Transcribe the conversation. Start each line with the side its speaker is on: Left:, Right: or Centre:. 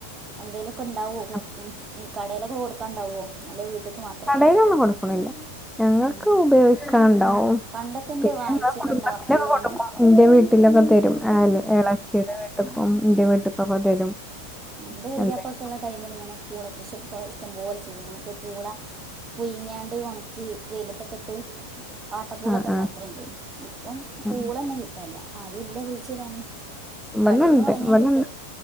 Right: എന്തേലൊക്കെ ഉണ്ടാവോ
Centre: അപ്പൊ
Right: ഈ കടേലൊക്കെ കൊടുക്കാണ്ടാവോ അല്ലെ വീട്ടേക്ക് മാ
Centre: കടേലൊന്നും കൊടുക്കണില്ല ഞങ്ങക്ക്
Right: ഉം
Centre: ഉപയോഗിക്കാണ്ടാവും
Right: പണ്ടൊക്കെ എന്റെ
Centre: പിന്നെ
Right: വായിച്ചൊക്കെ
Centre: ഞങ്ങളെ കുടുംമ്പ
Right: ഇണ്ടാ
Centre: ത്തിലൊക്കെ
Right: ഉള്ളന്ന്
Centre: കൊടുക്കും ഇന്റെ വീട്ടിലൊക്കെതരും ആ എളയച്ചീടെ വീ ട്ട്ക്കും ഇന്റെ വീട്ട്ക്കൊക്ക തരും
Right: ഇന്റെ വല്യപ്പൊക്കള്ള
Centre: എന്തെങ്കിലും
Right: ടൈമിൽ ഇങ്ങനെ പൂള കൃഷിയൊക്കെ ഇഷ്ട്ടം പോലെ ചെയ്യും എന്നിട്ട് പൂള- പുഴ്ങ്യാണ്ട് ഒണക്കി വെയിലത്തൊക്കെ ഇട്ട് വാട്ടപ്പൂളക്കെ
Centre: ആഹ്
Right: ഉണ്ടാക്കലുണ്ടേനി
Centre: ആഹ്
Right: ഇപ്പം
Centre: ആഹ്
Right: പൂളന്നെ കിട്ടാനില്ല ആരും ഇല്ല കുഴിച്ചിടാന്.
Centre: ഇവിടെണ്ട്
Right: കടേന്നു വാങ്ങിയാ
Centre: ഇവിടെണ്ട്
Right: കിട്ടും